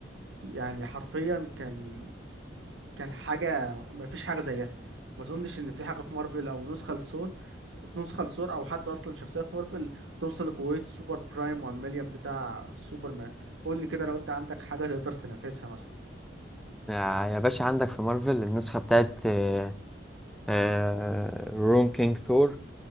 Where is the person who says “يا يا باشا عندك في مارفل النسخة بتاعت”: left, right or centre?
Centre